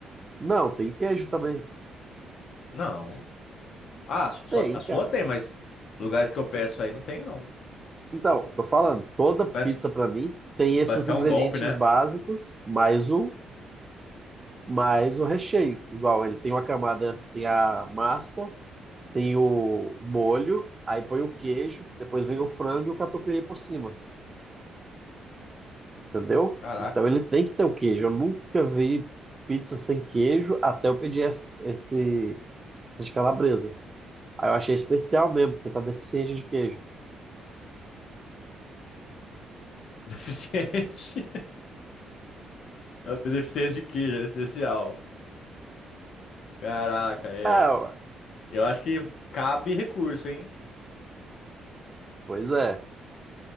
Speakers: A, on the right; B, on the left.
A: Não, tem queijo também.
B: Não. Ah, só,
A: Tem,
B: a sua
A: cara.
B: tem, mas lugares que eu peço aí não tem, não.
A: Então, tô falando, toda
B: Parece,
A: pizza
B: que-
A: pra mim tem esses
B: parece que
A: ingredientes
B: é um golpe, né?
A: básicos, mais o mais o recheio. Igual, ele tem uma camada, tem a massa, Tem o molho, aí põe o queijo, depois vem o frango e o catupiry por cima, entendeu?
B: Caraca.
A: Então ele tem que ter o queijo. Eu nunca vi pizza sem queijo até eu pedir esse, esse, essas calabresas. Aí eu achei especial mesmo, porque tá deficiente de queijo.
B: <laughs> Deficiente. Eu tenho deficiência de queijo, era especial. Caraca, é.
A: Ah, ué,
B: Eu acho que cabe recurso, hein?
A: pois é.